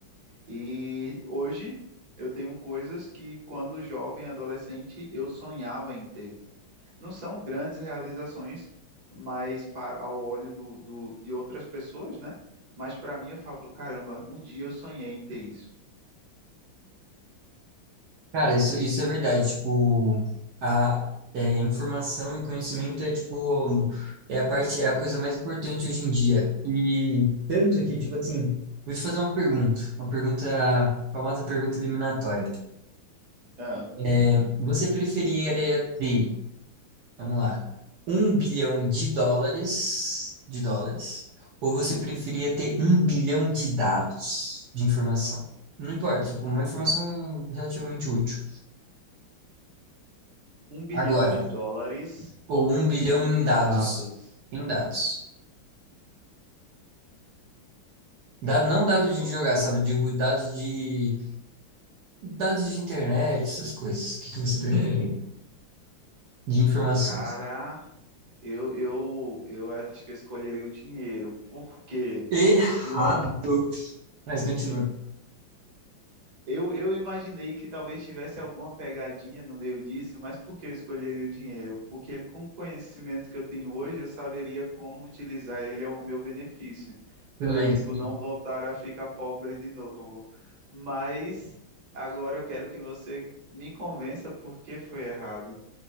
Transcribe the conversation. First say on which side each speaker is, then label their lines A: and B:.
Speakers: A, on the right (about 45°); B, on the right (about 70°).
A: E hoje eu tenho coisas que, quando jovem, adolescente, eu sonhava em ter não são grandes realizações, mas para ao olho do, do- de outras pessoas, né? Mas para mim eu falo, caramba, um dia eu sonhei em ter isso.
B: Cara, isso, isso é verdade. Tipo, a é, informação e conhecimento é, tipo, é a parte, é a coisa mais importante hoje em dia. E tanto que, tipo assim, vou te fazer uma pergunta, uma pergunta, a famosa pergunta eliminatória.
A: Ah,
B: É, você preferiria ter Vamos lá. Um bilhão de dólares, de dólares, ou você preferia ter um bilhão de dados de informação? Não importa, tipo, uma informação relativamente útil.
A: um bilhão
B: Agora,
A: de dólares
B: ou
A: ou um
B: um
A: bilhão
B: bilhão em
A: de
B: dados,
A: dados?
B: em dados. Da- não dados
A: Eu-
B: de jogar, sabe? Digo dados de dados de internet, essas coisas. O que que você prefere? De informações.
A: cara, eu, eu, eu acho que eu escolheria o dinheiro. Por quê?
B: Errado.
A: João,
B: Mas continua.
A: Eu, eu imaginei que talvez tivesse alguma pegadinha no meio disso, mas por que eu escolheria o dinheiro? Porque com o conhecimento que eu tenho hoje, eu saberia como utilizar ele ao meu benefício,
B: Tudo
A: para
B: bem.
A: tipo
B: tudo bem.
A: não voltar a ficar pobre de novo. Mas agora eu quero que você me convença por que foi errado.